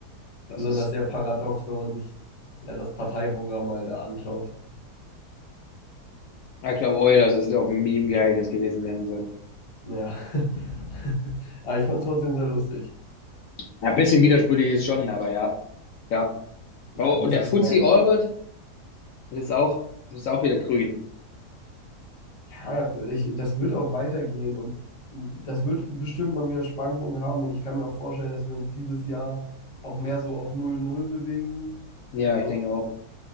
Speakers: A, on the left; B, on the left.
A: Das
B: Besonders
A: ist,
B: sehr paradox, wenn man sich ja das Parteiprogramm mal da anschaut.
A: Ja, Ich glaube auch, dass es auf ein Meme geeignet gewesen werden soll.
B: Ja. <laughs> Aber ich fand es trotzdem sehr lustig.
A: Ja, Ein bisschen widersprüchlich ist es schon, aber ja. Ja.
B: Ja,
A: Oh,
B: muss
A: und der
B: ich
A: Fuzzy
B: meinen,
A: Albert das ist auch, das ist auch wieder grün.
B: ja, ich, das wird auch weitergehen und das wird bestimmt mal wieder Schwankungen haben und ich kann mir auch vorstellen, dass wir uns dieses Jahr auch mehr so auf null null bewegen.
A: Ja,
B: Also
A: ich denke auch.